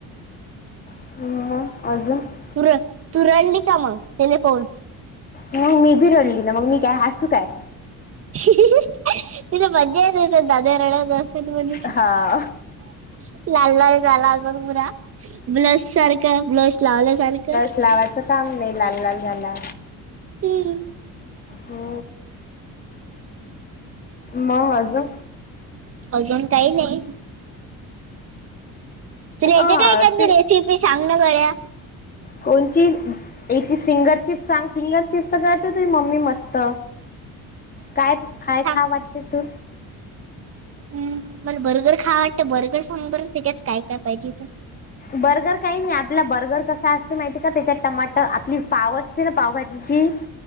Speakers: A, on the left; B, on the right.
A: <unintelligible>
B: तू रड, तू रडली, का मग त्याला फोन
A: मग मी भी रडली ना, मग मी काय हसू काय?
B: <unintelligible> तुला मज्जा येते का दादा रडवतोस.
A: हा.
B: <unintelligible> ब्लश सारखं ब्लश लावल्या सारखं.
A: लावायच. <unintelligible> लाल लाल झाला.
B: हम्म
A: हो, मग अजून
B: अजून काही नाही. तुला येते
A: अ
B: का एखादी
A: ते
B: रेसिपी सांग ना गड्या.
A: कोणची याची फिंगर चिप्स सांग फिंगर चिप्स <unintelligible> ते मम्मी मस्त काय, काय
B: सांग
A: खा <unintelligible> तू
B: हम्म, मला बर्गर खा वाटतं, बर्गर सांग बर त्याच्यात काय काय पाहिजे.
A: बर्गर काही नाही आपला बर्गर कसा असते माहिती का? त्याच्यात टमाटर आपली पाव असते ना पावभाजीची.